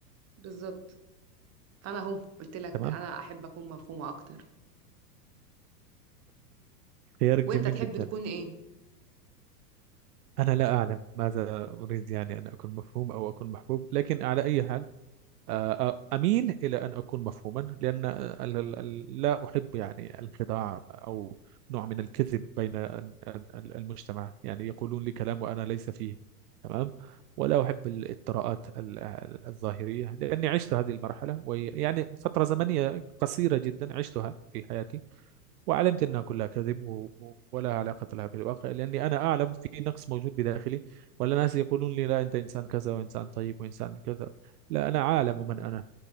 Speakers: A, on the right (about 30°); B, on the right (about 70°).
A: بالظبط انا اهو قلت لك
B: تمام
A: انا احب اكون مفهومة اكتر
B: خيارك
A: وانت
B: جميل
A: تحب
B: جدا
A: تكون ايه
B: أنا لا أعلم ماذا أريد يعني أن أكون مفهوم أو أكون محبوب لكن على أي حال آه، آه، أميل إلى أن أكون مفهوما لأن آه، ال- ال- ال- لا أحب يعني الخداع أو نوع من الكذب بين ال- ال- المجتمع يعني يقولون لي كلام وأنا ليس فيه تمام ولا أحب الإطراءات ال- ال- الظاهرية لأني عشت هذه المرحلة ويعني فترة زمنية قصيرة جدا عشتها في حياتي وعلمت أنها كلها كذب و- و- ولا علاقة لها بالواقع لأني أنا أعلم في نقص موجود بداخلي ولا ناس يقولون لي لا أنت إنسان كذا وإنسان طيب وإنسان كذا لا أنا عالم من أنا